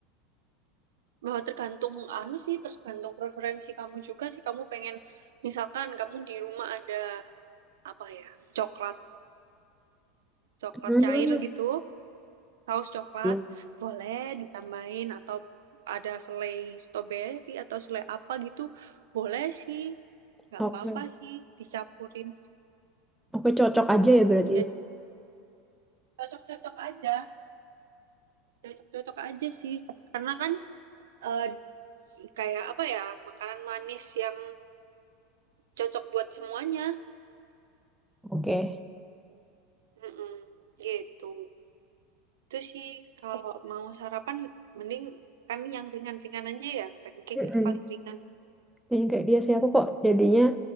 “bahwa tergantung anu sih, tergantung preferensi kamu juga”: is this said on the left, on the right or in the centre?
Right